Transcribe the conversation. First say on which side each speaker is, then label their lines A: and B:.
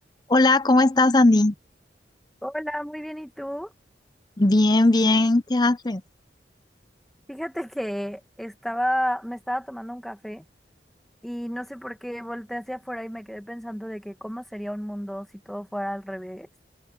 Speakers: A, on the left; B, in the centre.
A: Hola, ¿cómo estás, Andy?
B: Hola, muy bien, ¿y tú?
A: Bien, bien, ¿qué haces?
B: Fíjate que estaba, me estaba tomando un café y no sé por qué volteé hacia afuera y me quedé pensando de que cómo sería un mundo si todo fuera al revés.